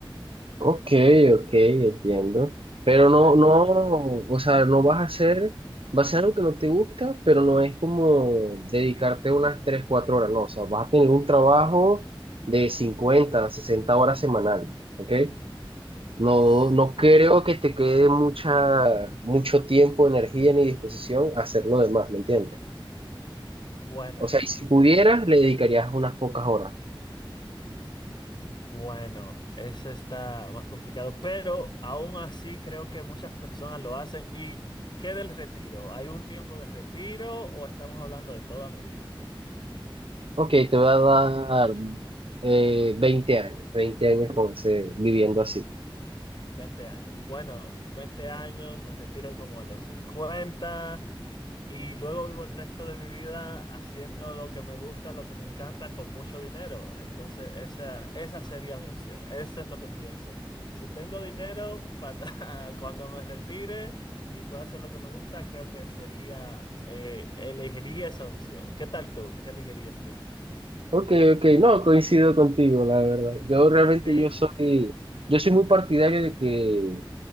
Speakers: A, on the right; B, on the left.
A: Ok, ok, entiendo. Pero
B: ¿Qué
A: no,
B: crees
A: no,
B: tú?
A: o sea, no vas a hacer, va a ser algo que no te gusta, pero no es como dedicarte unas 3 4 horas, no, o sea, vas a tener un trabajo de 50 60 horas semanal, ¿ok? No,
B: Sí,
A: no creo que te quede mucha, mucho tiempo, energía ni disposición a hacer lo demás, ¿me entiendes?
B: bueno,
A: O sea, y si pudieras, le dedicarías unas pocas horas.
B: bueno, eso está más complicado, pero aún así creo que muchas personas lo hacen. ¿Y qué del retiro? ¿Hay un tiempo de retiro o estamos hablando de toda mi vida?
A: Ok, te voy a dar eh, 20 años, 20 años con ese- viviendo así.
B: 20 años. Bueno, 20 años, me retiro como a los 50. Y luego vivo el resto de mi vida haciendo lo que me gusta, lo que me encanta, con mucho dinero. Entonces, esa, esa sería mi opción. Eso es lo que pienso. Si tengo dinero para <laughs> cuando me retire y pueda hacer lo que me gusta, creo que sería, eh, elegiría esa opción. ¿Qué tal tú? ¿Qué elegirías tú?
A: Ok, ok, no, coincido contigo, la verdad. Yo realmente
B: Sí,
A: yo soy, yo soy muy partidario de que,